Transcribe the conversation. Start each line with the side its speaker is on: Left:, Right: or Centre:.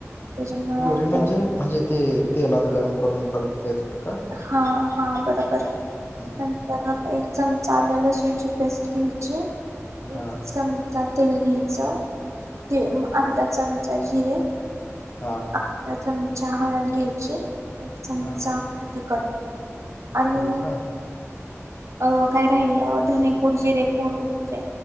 Right: त्याच्यामुळं
Left: प्युरी म्हणजे
Right: दोन
Left: म्हणजे ते तेलात गरम करून परत पेस्ट का?
Right: हा हा बरोबर
Left: हं, हं.
Right: नंतर चमचा आले लसूणची पेस्ट घ्यायची
Left: हां,
Right: एक चमचा तेल घ्यायचं एक अर्धा चमचा जिरे
Left: हां,
Right: आताच हळद घ्यायची एक चमचा
Left: हां.
Right: तिकट आणि
Left: होय का?
Right: अ काय राहिल धनेपूड जिरेपूड म्हणजे